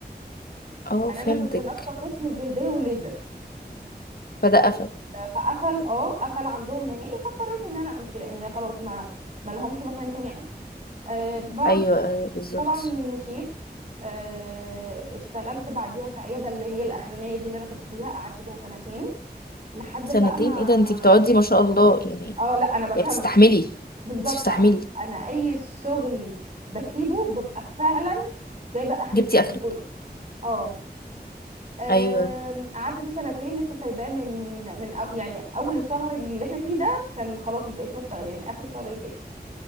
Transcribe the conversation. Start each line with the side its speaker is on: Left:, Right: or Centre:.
Left: اه
Right: يعني
Left: فهمتك
Right: انا كنت ماسكه قسم الجلديه والليزر
Left: فده
Right: ف...
Left: قفل
Right: فقفل اه قفل عندهم نهائي فاضطريت ان انا امشي لان خلاص ما ما لهمش مكان تاني عندي آه بعد
Left: أيوة آه، بالظبط
Right: طبعا مشيت آه اشتغلت بعديها في عياده اللي هي الاخرانيه دي اللي انا كنت فيها قعدت فيها سنتين لحد
Left: سنتين
Right: بقى ما
Left: ايه ده انتي بتقعدي ما شاء الله يعني
Right: اه لا انا بكمل
Left: يعني بتستحملي
Right: بالظبط
Left: انتي بتستحملي
Right: انا اي شغل بسيبه ببقى فعلا جايبه اخري
Left: جبتي
Right: زي ما
Left: آخرك
Right: بيقولوا اه أم،
Left: أيوة
Right: قعدت فيه سنتين لسه سايباه من من أو يعني اول الشهر اللي احنا فيه ده كان خلاص ما بقتش بشتغل يعني اخر الشهر اللي فات